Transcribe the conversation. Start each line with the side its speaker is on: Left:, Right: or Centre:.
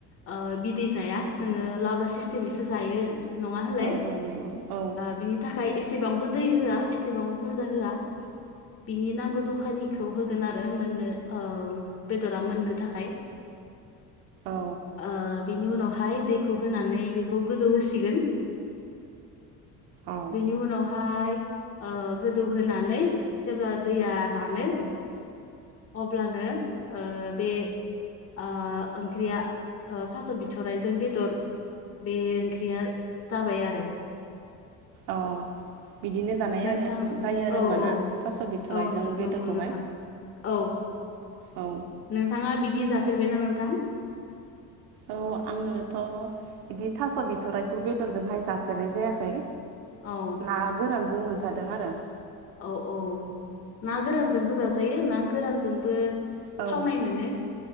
Left: ओ बिदै जाया जोङो लाब्रासो सिस्टेमैसो जायो नङा होनलाय?
Right: औ औ नंगौ औ
Left: बिनि थाखाय एसेबां बोदै होआ एसेबांबो बुरजा होआ। बिनि नांगौ जखानिखौ होगोन आरो मोननो ओ बेदरा मोननो थाखाय
Right: औ
Left: ओ बिनि उनाव हाय दैखौ होनानै बेखौ गोदौ होसिगोन।
Right: औ
Left: बेनि उनावहाय ओ गोदौहोनानै जेब्ला दैया रानो अब्लानो ओ बे ओ ओंख्रिया थास' बिथ'रायजों बेदर बे ओंख्रिया जाबाय आरो
Right: अ बिदिनो जानाय
Left: नोंथां
Right: आरो जायो आरो होमब
Left: औ
Right: ना
Left: औ
Right: थास' बिथराय
Left: औ
Right: जों बेदरखौहाय
Left: नंगौ नोंथां औ
Right: औ
Left: नोंथाङा बिदि जाफेरबायना नोंथां?
Right: औ आङोथ' बिदि थास' बिथ'राइखौ बेदरजोंहाय जाफेरनाय जायाखै।
Left: औ
Right: ना गोरानजों मोनजादों आरो
Left: औ औ ना गोरानजोंबो जाजायो ना गोरानजोंबो
Right: औ
Left: थावनाय मोनो